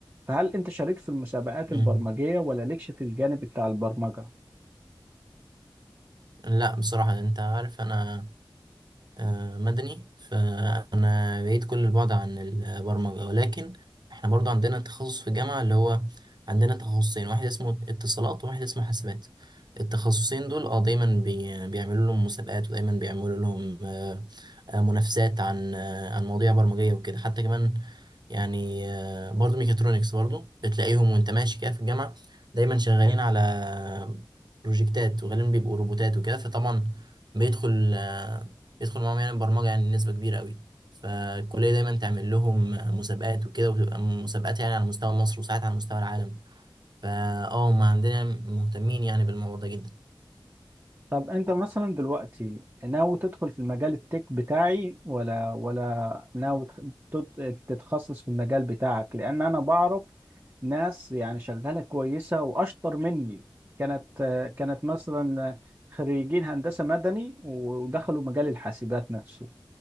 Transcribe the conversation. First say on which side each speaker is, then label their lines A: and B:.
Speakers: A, on the right; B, on the right.
A: فهل انت شاركت في المسابقات
B: أمم.
A: البرمجيه ولا لكش في الجانب بتاع البرمجه
B: لا بصراحة أنت عارف أنا آه، مدني فأنا بعيد كل البعد عن البرمجة ولكن إحنا برضو عندنا تخصص في الجامعة اللي هو عندنا تخصصين واحد اسمه اتصالات وواحد اسمه حاسبات التخصصين دول اه دايما بي بيعملوا لهم مسابقات ودايما بيعملوا لهم آه، آه، منافسات عن آه، عن مواضيع برمجية وكده حتى كمان يعني آه، برضو ميكاترونكس برضو بتلاقيهم وانت ماشي كده في الجامعة دايما شغالين على بروجكتات وغالبا بيبقوا روبوتات وكده فطبعا بيدخل آه، بيدخل معاهم يعني برمجة يعني نسبة كبيرة قوي فالكلية دايما تعمل لهم مسابقات وكده وتبقى مسابقات يعني على مستوى مصر وساعات على مستوى العالم فا اه هما عندنا مهتمين يعني بالموضوع ده جدا
A: طب انت مثلا دلوقتي ناوي تدخل في المجال التك بتاعي ولا ولا ناوي تخ- تت- تتخصص في المجال بتاعك لان انا بعرف ناس يعني شغالة كويسة واشطر مني كانت كانت مثلا خريجين هندسة مدني ودخلوا مجال الحاسبات نفسه